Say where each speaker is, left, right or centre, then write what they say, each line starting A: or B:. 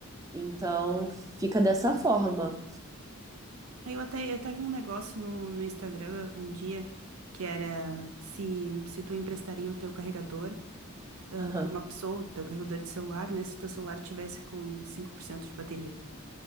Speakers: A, on the right; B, on the right.
A: Então, fica dessa forma.
B: Aí eu até, eu até vi um negócio no, no Instagram um dia que era se, se tu emprestaria o teu carregador
A: Aham.
B: para uma pessoa, o teu carregador de celular, né? Se o teu celular tivesse com 5% de bateria.